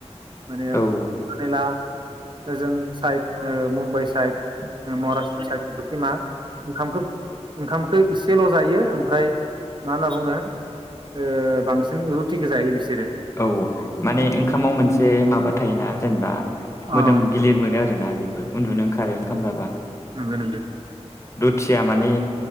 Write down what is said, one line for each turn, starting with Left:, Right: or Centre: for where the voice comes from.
Right: माने
Left: औ
Right: खोला ओजों साइड ओ मुम्बाइ साइड महाराष्ट्र साइड बेफोरखि मा ओंखामखौ ओंखामखौ इसेल' जायो ओमफ्राय मा होनना बुङो ओ बांसिन रुटिखो जायो बिसोरो
Left: औ माने ओंखामाव मोनसे माबा थायोना जेनेबा
Right: अ
Left: मोदोम गिलिर मोनो आरोना बेबो उन्दुनो ओंखारो ओंखाम जाबा
Right: नंगो नंगो
Left: दुथिया माने